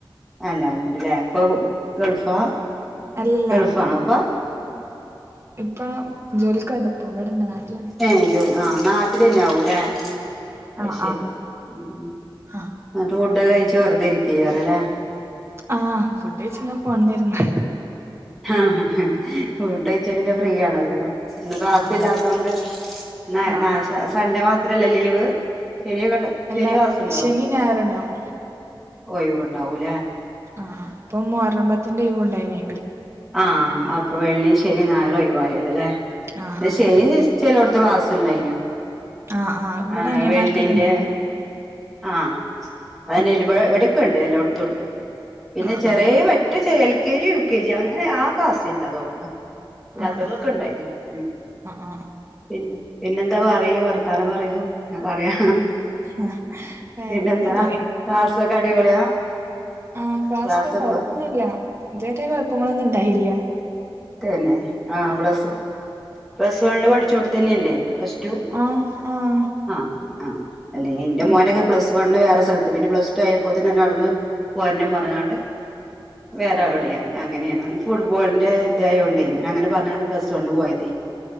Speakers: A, in the centre; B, on the right.
A: അല്ലാരുണ്ട്ല്ലേ ഉപ്പ ഗൾഫാ
B: അല്ലല്ല
A: ഗൾഫാണാ ഉപ്പ
B: ഉപ്പ ജോലിക്കോയതാ ഉപ്പിവിടന്നാ നാട്ടിലന്നെ
A: ഏഹ് ജോ ആഹ് നാട്ടിലന്നെയാവൂല്ലേ അത്
B: ആഹ്
A: ശരി ഉം
B: ആഹ്
A: ഫുഡൊക്കെ കഴിച്ച് വെറുതിരിക്കേക്കാറല്ലേ
B: ആഹ് ഫുഡ് കഴിച്ചിങ്ങന ഫോണുമ്മെയിരുന്ന്
A: ആഹ് ഫുഡഴിച്ച പിന്നെ ഫ്രീ ആണല്ലോല്ലേ ഇന്ന് ക്ലാസില്ലാത്തകൊണ്ട്
B: ആഹ് ആഹ്
A: നാ
B: ആഹ്
A: നാശാ
B: ആഹ്
A: സൺഡേ മാത്രല്ലേ ലീവ് ശനിയെകണ്ട്
B: അല്ല
A: ശനിയെ ക്ലാസ്ണ്ടോ
B: ശനിം ഞായറും ഉണ്ടാവും
A: ഒയിവ്ണ്ടാവൂലേ
B: ആഹ് ആഹ് ഇപ്പം മൊഹർറം പത്തിന്റെ ഒയിവൂണ്ടായിനീ
A: ആഹ് അപ്പൊ വെള്ളിം ശനിം ഞായറൊയിവായല്ലോല്ലേ
B: ആഹ്
A: ഇന്ന്
B: ആഹ്
A: ശനി ജെസ് ചെലോടത്ത് ക്ലാസ്ണ്ടായിന്യു
B: ആഹ് ഇവിടെ
A: ആഹ്
B: അനിയന്മാർക്കൊക്കെ
A: വെള്ളിൻ്റെ
B: ഉണ്ടായിനി
A: ആഹ് അയന്നെ
B: ആഹ്
A: ലിവഴ് ഇവിടെക്കണ്ട് എല്ലോട് തുണ്ട് പിന്നെ
B: ആഹ്
A: ചെറിയേ
B: ആഹ്
A: പറ്റെ ചെ L K G U K G അങ്ങനെ ആ ക്ലാസ്സില്ലാ തോണ്ണ് ല്ലാത്തങ്ങളൊക്കെ
B: ആഹ് ആഹ്
A: ഇണ്ടായി ഉം
B: ആഹ് ആഹ്
A: പിന്ന് പിന്നെന്താ പറയൂ വർത്താനം പറയൂ ഞാ പറയാ
B: ആഹ് ആഹ് വേറെക്കല്ലേ
A: പിന്നെന്താ ക്ലാസ്സൊക്കെ അടിപൊളിയാ
B: ആഹ് ക്ലാസില്
A: ക്ലാസ്സൊക്കെ
B: കൊഴപ്പൊന്നുല്ല ഇതുവരെ കൊഴപ്പങ്ങളൊന്നും ഇണ്ടായില്ല്യ
A: തെന്നെ ആഹ് പ്ലസു പ്ലസ് വണ്ണ് പഠിച്ചോടത്തന്നെയല്ലേ പ്ലസ് ടു
B: ആഹ് ആഹ്
A: ആഹ് ആഹ് അല്ലേ എന്റ
B: ഉം
A: മോനൊക്കെ പ്ലസ് വണ്ണ് വേറെ സലത്ത് പിന്നെ പ്ലസ് ടു ആയപ്പോത്തിനു അവനവിടന്ന് പോരണം പറഞ്ഞ്ണ്ട് വേറെ എവിടെയായി അങ്ങനേണവന് ഫുട്ബോളിന്റെ ൻ്റായോണ്ടെ ഇവനങ്ങനെ പറഞ്ഞ്ങ്ങാണ്ട് പ്ലസ് വണ്ണ് പോയതേ